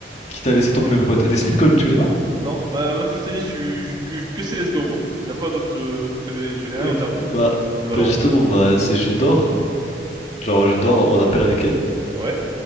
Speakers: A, on the left; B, on the right.
A: quitte à laisser tomber mes potes. Des sleep calls, tu connais pas?
B: Non. Euh, moi, <laughs> je t'ai dit, je suis je- que, que CSGO moi. Y a pas d'autres jeux. Je connais, je connais
A: Ok,
B: rien au terme
A: bah,
B: de Valorant.
A: bah justement, bah, c'est je dors, genre je dors en appel avec elle,
B: Ouais?